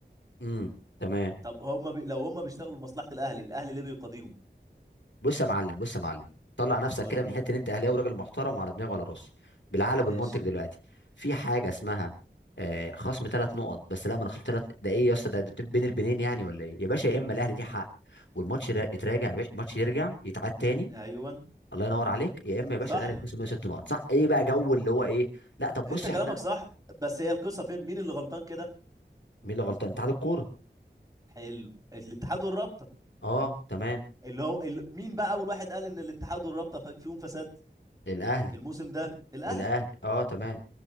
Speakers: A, on the left (about 80°); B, on the right (about 20°).
A: امم تمام
B: طب هم بي... لو هم بيشتغلوا لمصلحة الاهلي الاهلي ليه بيقاضيهم
A: بص يا معلم بص يا معلم طلع نفسك
B: قول
A: كده
B: لي.
A: من حته ان انت اهلاوي راجل محترم وعلى دماغي وعلى راسي بالعقل
B: ماشي
A: بالمنطق دلوقتي في حاجه اسمها آه خصم ثلاث نقط بس لا ما انا خصمت ثلاث ده ايه يا اسطى ده ده بين البنين يعني ولا ايه يا باشا يا اما الاهلي ليه حق والماتش را- يتراجع يا باشا الماتش يرجع يتعاد تاني
B: ايوه
A: الله ينور عليك يا اما يا باشا
B: صح
A: الاهلي يخسر منه ست نقط صح ايه بقى جو اللي هو ايه لا طب
B: انت
A: بص
B: كلامك
A: احنا
B: صح بس هي القصة فين مين اللي غلطان كده
A: مين اللي غلطان اتحاد الكوره
B: حلو الاتحاد والرابطة
A: اه تمام
B: اللي هو ال... مين بقى اول واحد قال ان الاتحاد والرابطة ف- فيهم فساد
A: الاهلي
B: الموسم ده الاهلي
A: الاهلي اه تمام